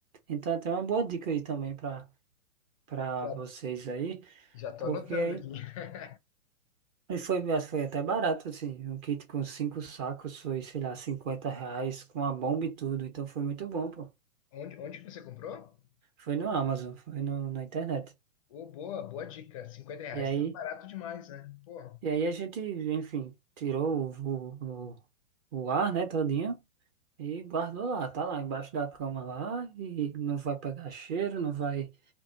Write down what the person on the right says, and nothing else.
Então, até uma boa dica aí também para para
vocês aí,
porque
aí
e foi, mas foi até barato, assim. Um kit com cinco sacos foi, sei lá, 50 reais, com a bomba e tudo. Então, foi muito bom, pô.
Foi no Amazon, foi no, na internet.
E aí.
E aí a gente, enfim, tirou o, o, o, ar, né, todinho e guardou lá, tá lá embaixo da cama lá e não vai pegar cheiro, não vai,